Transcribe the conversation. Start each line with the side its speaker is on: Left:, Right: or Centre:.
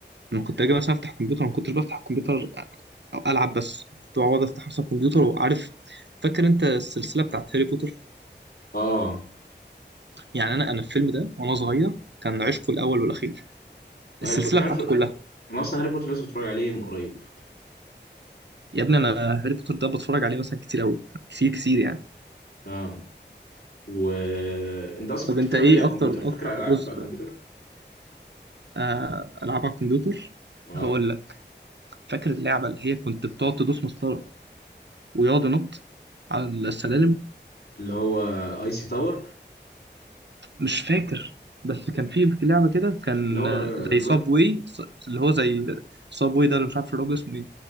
Right: أنا كنت أجي مثلا أفتح الكمبيوتر ما كنتش بفتح الكمبيوتر أو ألعب بس كنت بقعد أفتح مثلا الكمبيوتر وعارف فاكر أنت السلسلة بتاعت هاري بوتر
Left: اه
Right: يعني أنا أنا الفيلم ده وأنا صغير كان عشقه الأول والأخير
Left: وهاري
Right: السلسلة
Left: بوتر تعرف
Right: بتاعته كلها
Left: انا اصلا هاري بوتر لسه بتفرج عليه من قريب
Right: يا ابني أنا هاري بوتر ده بتفرج عليه مثلا كتير أوي كتير كتير يعني
Left: اه وانت اصلا
Right: طب
Left: كنت
Right: انت
Left: بتلعب
Right: ايه
Left: ايه على الكمبيوتر
Right: اكتر
Left: فاكر
Right: اكتر
Left: العاب
Right: جزء
Left: على الكمبيوتر
Right: آه العاب على الكمبيوتر
Left: اه
Right: هقول لك فاكر اللعبه اللي هي كنت بتقعد تدوس مسطره ويقعد ينط على السلالم
Left: اللي هو اي سي تاور
Right: مش فاكر بس كان في في لعبه كده كان
Left: اللي هو
Right: آه،
Left: الواد
Right: زي صاب واي اللي هو زي صاب واي ده اللي مش عارف الراجل اسمه ايه